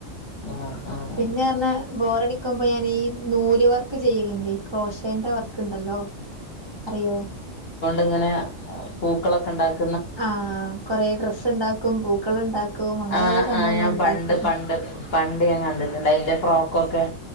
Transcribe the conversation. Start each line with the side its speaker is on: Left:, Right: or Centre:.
Left: ആഹ് ആഹ്
Right: പിന്നെ ബോറടിക്കുമ്പോ ഞാൻ ഈ നൂല് വർക്ക് ചെയ്യലുണ്ട് ക്രോഷന്റെ വർക്ക് ഉണ്ടല്ലോ അറിയോ
Left: ഇങ്ങനെ പൂക്കളൊക്കെ ഉണ്ടാക്ക
Right: ആഹ കൊറെേ ഡ്രസ്സ് ഉണ്ടാക്കും പൂക്കള ഉണ്ടാക്കും അങ്ങനെ
Left: ആ
Right: കൊറെ സംഭവങ്ങൾ
Left: ആ് ഞാൻ
Right: ഉണ്ടാക്കും
Left: പണ്ട് പണ്ട് പണ്ട് ഞാൻ കണ്ടിട്ടുണ്ട് അതിറെ ഫ്രോക്കൊക്കെ